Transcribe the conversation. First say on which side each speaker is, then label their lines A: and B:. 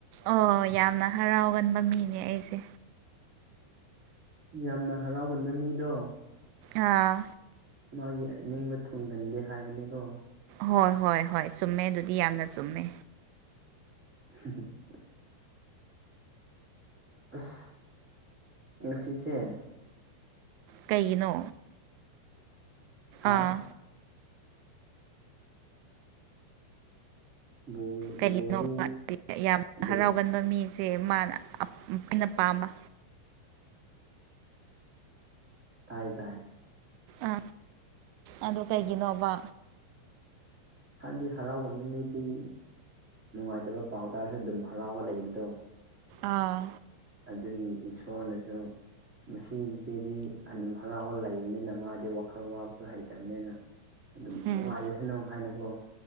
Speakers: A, on the right; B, on the right.
A: ꯑꯣ ꯌꯥꯝꯅ ꯍꯔꯥꯎꯒꯟꯕ ꯃꯤꯅꯦ ꯑꯩꯁꯦ
B: ꯌꯥꯝꯅ ꯍꯔꯥꯎꯒꯟꯕ ꯃꯤꯗꯣ
A: ꯑꯥ
B: ꯃꯥꯒꯤ ꯑꯅꯤꯡꯕ ꯊꯨꯡꯒꯟꯗꯦ ꯍꯥꯏꯕꯅꯤꯀꯣ
A: ꯍꯣꯏ ꯍꯣꯏ ꯍꯣꯏ ꯆꯨꯝꯃꯦ ꯑꯗꯨꯗꯤ ꯌꯥꯝꯅ ꯆꯨꯝꯃꯦ
B: <unintelligible> ꯑꯁ ꯉꯁꯤꯁꯦ
A: ꯀꯩꯅꯣ
B: ꯍꯥ
A: ꯑꯥ
B: ꯕꯣꯜ
A: ꯀꯔꯤꯅꯣ
B: ꯕꯣꯜꯗꯤ
A: ꯌꯥꯝꯅ
B: ꯑꯗꯨꯝ
A: ꯍꯔꯥꯎꯒꯟꯕ ꯃꯤꯁꯦ ꯁꯦ ꯃꯥꯅ ꯑꯩꯅ ꯄꯥꯝꯕ
B: ꯇꯥꯏ ꯇꯥꯏ
A: ꯑ ꯑꯗꯨ ꯀꯩꯒꯤꯅꯣꯕ
B: ꯍꯥꯏꯕꯗꯤ ꯍꯔꯥꯎꯒꯟꯕ ꯃꯤꯗꯤ ꯅꯨꯡꯉꯥꯏꯇꯕ ꯄꯥꯎ ꯇꯥꯔꯁꯨ ꯑꯗꯨꯝ ꯍꯔꯥꯎꯒ ꯂꯩꯕꯗꯣ
A: ꯑꯥ
B: ꯑꯗꯨꯒꯤ ꯏꯁꯣꯔꯅꯁꯨ ꯃꯁꯤ ꯅꯨꯄꯤꯗꯤ ꯑꯗꯨꯝ ꯍꯔꯥꯎꯕ ꯂꯩꯕꯅꯤꯅ ꯃꯥꯗꯤ ꯋꯥꯈꯜ ꯋꯥꯕꯁꯨ ꯍꯩꯇꯕꯅꯤꯅ ꯑꯗꯨꯝ
A: ꯎꯝ
B: ꯅꯨꯡꯉꯥꯏꯖꯁꯅꯨ ꯍꯥꯏꯅꯀꯣ